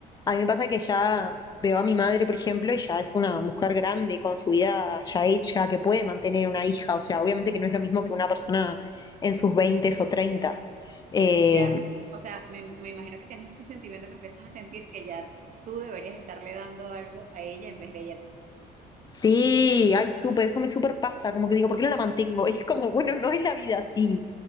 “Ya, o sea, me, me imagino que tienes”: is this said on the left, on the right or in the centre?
Right